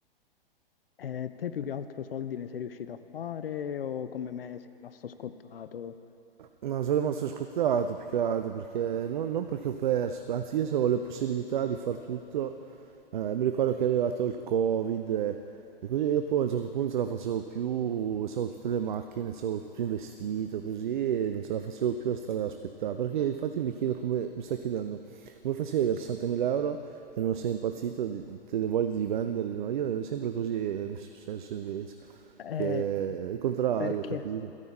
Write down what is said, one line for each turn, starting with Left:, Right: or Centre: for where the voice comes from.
Left: E te più che altro soldi ne sei riuscito a fare o come me sei rimasto scottato?
Right: No, sono rimasto scottato più che altro, perché non, non perché ho perso, anzi io se avevo le possibilità di far tutto, Eh, mi ricordo che è arrivato il Covid eh, e così e dopo a un certo punto non ce la facevo più, avevo tutte le macchine, avevo tutto investito così e non ce la facevo più a stare ad aspettare. Perché infatti mi chiedo come, mi sto chiedendo come facevi ad avere 60.000 euro e non sei impazzito, di- te le voglie di venderli, no? Io è sempre così eh, mi è successo invece,
Left: Eh,
Right: che è il contrario,
Left: perché?
Right: capito?